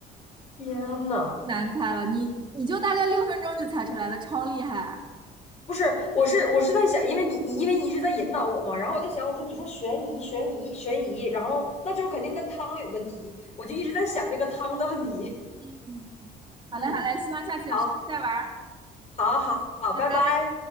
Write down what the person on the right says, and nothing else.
难猜了，你你就大概六分钟就猜出来了，超厉害啊
嗯好嘞，
好嘞，希望下次有时间再玩儿。
拜拜。